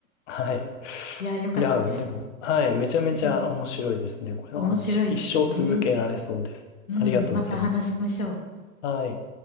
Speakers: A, on the left; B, on the left.
A: はい。
B: いやー、よかったです。
A: いや、でも、はい。めちゃめちゃ面白いですね。
B: うん、
A: これの話。
B: 面白いですね。
A: 一生続けられそうです。
B: うん、
A: ありがとうございます。
B: また話しましょう。
A: はい。